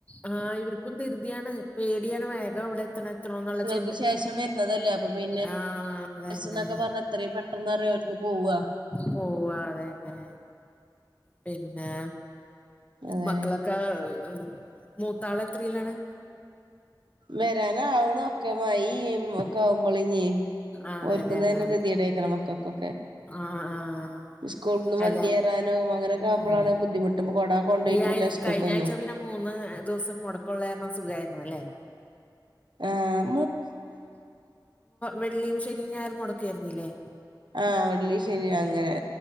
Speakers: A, on the left; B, on the right.
A: ആഹ് ഇവർക്കും തിൃതിയാണ് പേടിയാണ് വേഗം അവിടെ എത്തണം എത്തണ എന്നുള്ള. ചിന്ത
B: ഇത് ശേഷം വരുന്നതല്ലേ അപ്പൊ പിന്നെ
A: ആഹ് അതന്നെ
B: സ് എന്നൊക്കെ പറഞ്ഞ അത്രയും പെട്ടെന്ന്റിയോലക്ക് പോവാ.
A: പോവാ അതന്നെ പിന്നെ
B: അതാണ്
A: മക്കളൊക്കെ കാവ് മൂത്താളത്രരിയിലാണ്.
B: വരാന ആവ്ന് മക്ക മയിഒക്കെ ആകുമ്പോള ഇഞ്
A: അതെല്ലേ
B: ഓല്ക്കും തന്നെ
A: ആഹ്
B: ഗദിടണക്കാരം മക്കൾക്കൊക്കെ.
A: ആഹ് ആഹ്
B: സ്കൂൾ ന്ന് വണ്ടിേറാനോ
A: അല്ല
B: അങ്ങനൊക്കെ ആവുമ്പോളാണ്
A: ഉം
B: ബുദ്ധിമുട്ട് ഇപ്പോ കൊട കൊണ്ട
A: ഈ
B: യിട്ടില്ല
A: ആഴ്ച
B: സ്കൂൾക്കൊന്നും
A: കഴിഞ്ഞ ആഴ്ച പിന്നെ മൂന്ന് ദിവസം മുടക്കള്ളായിരുന്ന സുഖമായിരുന്നു ല്ലേ.
B: ആഹ്
A: വെള്ളിയിം ശനിമ് ഞായറും മുടക്കായിരുന്നില്ലേ.
B: ആഹ് വെള്ളി ശനിയ അങ്ങനെ